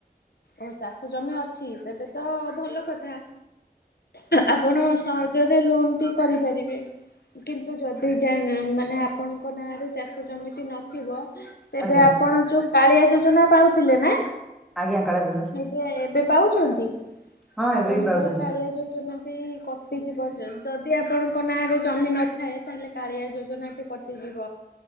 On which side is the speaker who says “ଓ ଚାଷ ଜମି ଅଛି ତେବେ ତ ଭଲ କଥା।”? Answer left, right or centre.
Left